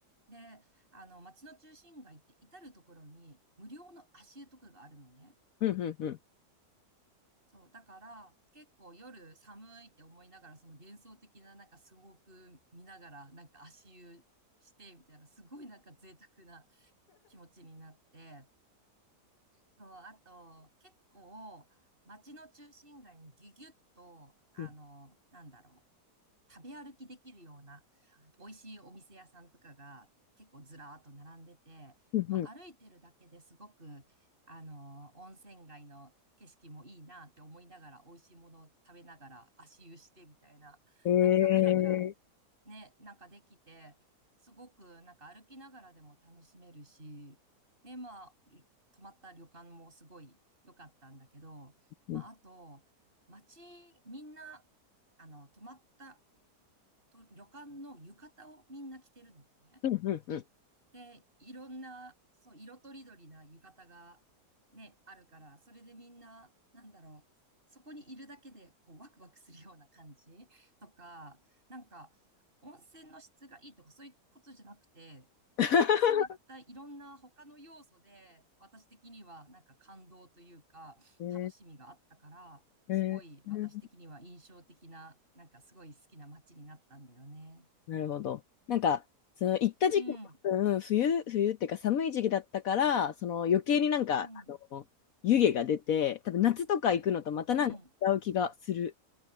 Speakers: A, on the right (about 30°); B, on the left (about 65°).
A: で、あの、街の中心街って至るところに無料の足湯とかがあるのね。
B: うんうんうん
A: そう、だから結構夜寒いって思いながら、その幻想的ななんかスモーク見ながら、なんか足湯してみたいな、すごいなんか贅沢な気持ちになって、そう、あと結構街の中心街にギュギュッと、あの、
B: うん
A: なんだろう。食べ歩きできるような美味しいお店屋さんとかが結構ずらーっと並んでて、
B: うんうん
A: まあ歩いてるだけですごく、あの、温泉街の景色もいいなって思いながら、美味しいものを食べながら足湯してみたいな、
B: えー
A: なんかブラブラね、なんかできて、すごくなんか歩きながらでも楽しめるし、ね、まあ、泊まった旅館もすごい良かったんだけど、
B: うん
A: まああと、街、みんな、あの、泊まったと旅館の浴衣をみんな着てるのね。
B: うんうんうん
A: で、いろんな、そう、色とりどりな浴衣がね、あるから、それでみんな、なんだろう、そこにいるだけで、こう、ワクワクするような感じとか、なんか、温泉の質がいいとか、そういうことじゃなくて、
B: <laughs>
A: そういったいろんな他の要素で、私的にはなんか感動というか、
B: え
A: 楽しみがあったから、すごい私的には印象的な、
B: えー
A: なんかすごい好きな街になったんだよね。
B: なるほど。なんか、その行った時期は多分冬、
A: うん、
B: 冬っていうか寒い時期だったから、その余計になんか、
A: うん、
B: あの、湯気が出て、多分夏とか行くのとまたなんか違う気がする
A: うん。